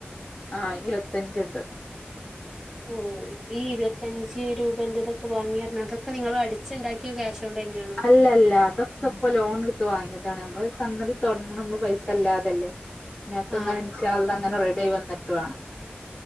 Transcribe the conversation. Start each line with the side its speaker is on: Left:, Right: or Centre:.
Left: ആഹ് അതിന് ഇരുപത്തെഞ്ചെണ്ട്
Centre: ഉം ഈ ഇരുപത്തഞ്ച് രൂപന്റെതൊക്കെ വാങ്ങി പറയണ അതൊക്കെ നിങ്ങളടി ച്ചിണ്ടാക്കിയ ക്യാഷ് കൊണ്ട് തന്നെയാണോ
Left: അല്ലല്ല അതൊ‌ക്കിപ്പ ലോണെടുത്ത് വാങ്ങിയതാണ് നമ്മള് സംഗതി തൊടങ്ങണ നമ്മള് പൈസ ഇല്ലാതല്ലെ ഞങ്ങക്കങ്ങനെ
Centre: ആ
Left: ഇൻഷാ അള്ളാ അങ്ങന റെഡിയായി വന്നിട്ട് വേണം